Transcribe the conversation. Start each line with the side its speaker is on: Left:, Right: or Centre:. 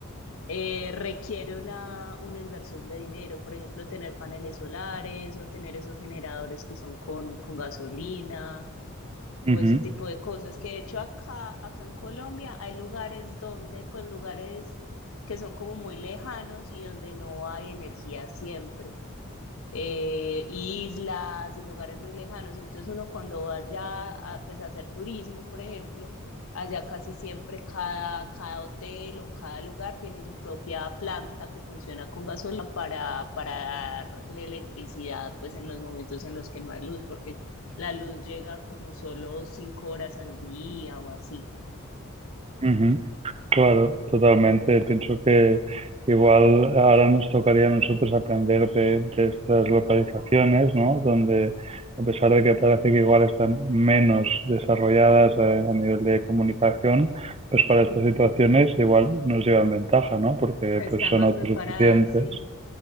Left: eh, requiere una, una inversión de dinero. Por ejemplo, tener paneles solares o tener esos generadores que son con, con gasolina
Right: Uh
Left: o
Right: -huh,
Left: ese tipo de cosas. Que de hecho acá, acá en Colombia hay lugares donde, pues lugares que son como muy lejanos y donde no hay energía siempre eh, islas y lugares muy lejanos. Entonces uno cuando vaya a, pues, a hacer turismo, por ejemplo, allá casi siempre cada, cada hotel o cada lugar tiene su propia planta que funciona con gasolina para, para darle electricidad pues en los momentos en los que no hay luz, porque la luz llega como solo cinco horas al día o así.
Right: uh -huh. Claro, totalmente. Pienso que igual ahora nos tocaría a nosotros aprender de, de estas localizaciones, ¿no? Donde, a pesar de que parece que igual están menos desarrolladas eh, a nivel de comunicación, pues para
Left: Ujú.
Right: estas situaciones igual nos llevan ventaja, ¿no? Porque
Left: Están
Right: pues son
Left: más
Right: autosuficientes.
Left: preparadas, sí,